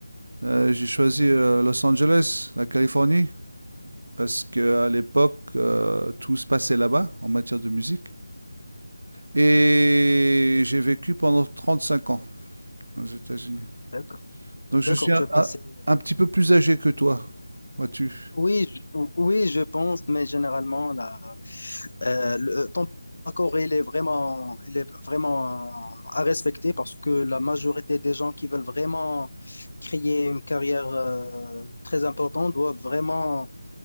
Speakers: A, on the right; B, on the left.
A: Euh, j'ai choisi
B: Hmm,
A: euh, Los Angeles, la Californie, parce qu'à l'époque, euh, tout se passait là-bas en matière de musique. Et j'ai vécu pendant 35 ans aux États-Unis.
B: D'accord.
A: Donc
B: D'accord,
A: je suis un,
B: tu as passé.
A: un- un petit peu plus âgé que toi, vois-tu.
B: Oui, je- oui, je pense, mais généralement, là. Euh, le- euh, ton accord, il est vraiment, il est vraiment à respecter parce que la majorité des gens qui veulent vraiment créer une carrière euh, très importante doivent vraiment